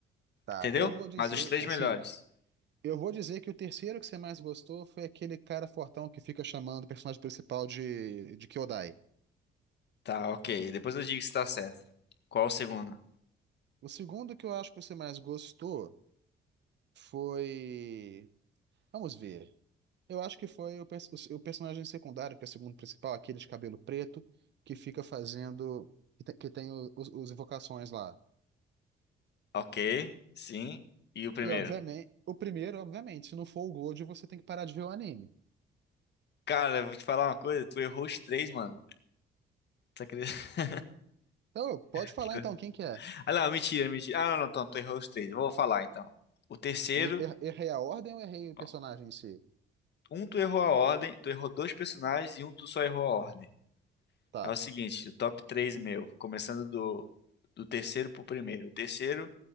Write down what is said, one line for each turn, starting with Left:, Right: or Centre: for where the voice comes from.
Right: Tá,
Left: Entendeu?
Right: eu vou dizer.
Left: Mas os três
Right: Assim,
Left: melhores.
Right: eu vou dizer que o terceiro que você mais gostou foi aquele cara fortão que fica chamando o personagem principal de, de Kyodai.
Left: Tá, ok. Depois eu digo se tá certo. Qual o segundo?
Right: O segundo que eu acho que você mais gostou foi. Vamos ver. Eu acho que foi o, pers- o personagem secundário, que é o segundo principal, aquele de cabelo preto, que fica fazendo. que tem, que tem o- os, os invocações lá.
Left: Ok, sim. E o primeiro?
Right: E, obviamente, o primeiro, obviamente, se não for o Gold, você tem que parar de ver o anime.
Left: Cara, eu vou te falar uma coisa, tu errou os três, mano. Você acredita?
Right: Então, pode falar
Left: <laughs>
Right: então quem que é.
Left: Ah, não, mentira, mentira. Ah, não, não, então, tu errou os três. Eu vou falar então. O terceiro,
Right: Er- er- Errei a ordem ou errei o
Left: ó,
Right: personagem em si?
Left: um tu errou a ordem, tu errou dois personagens e um tu só errou a ordem.
Right: Tá.
Left: É o seguinte, o top 3 meu, começando do, do terceiro pro primeiro. O terceiro